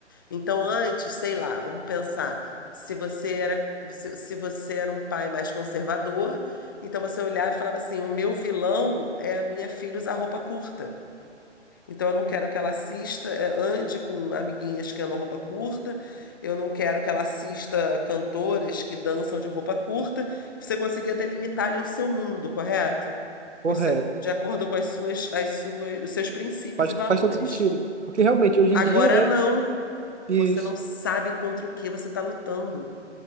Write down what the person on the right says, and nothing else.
Correto.
Faz,
faz todo sentido. Porque realmente, hoje
em dia, né?
Isso.